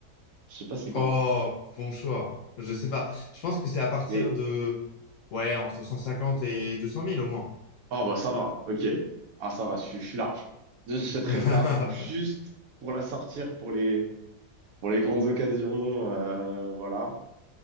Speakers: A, on the right (about 60°); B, on the left (about 70°).
A: Je sais pas c'est quoi.
B: Oh, bon choix. Je sais pas. Je pense que c'est à partir
A: Mais
B: de, ouais, entre 150 et 200 000 au moins.
A: Ah bah ça va, ok. Ah ça va, je, suis je suis large. J'achèterai
B: <laughs>
A: ça juste pour la sortir pour les pour les grandes occasions, euh, voilà.